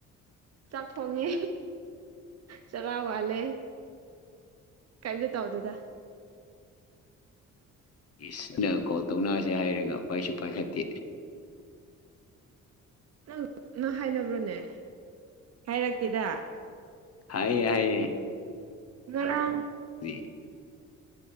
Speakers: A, on the right; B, on the left.
A: ꯆꯥꯛ ꯊꯣꯡꯉꯦ ꯆꯔꯥ ꯋꯥꯜꯂꯦ ꯀꯩꯗ ꯇ ꯍꯗꯗ
B: ꯁꯤꯅ ꯀꯣꯜ ꯇꯧꯅꯔꯁꯦ ꯍꯥꯏꯔꯒ ꯄꯥꯏꯁꯨ ꯄꯥꯏꯈꯠꯇꯦ
A: ꯅꯪ ꯅꯪ ꯍꯥꯏꯅꯕ꯭ꯔꯣꯅꯦ ꯍꯥꯏꯔꯛꯇꯦꯗ
B: ꯍꯥꯏꯌꯦ ꯍꯥꯏꯌꯦ
A: ꯉ
B: ꯎ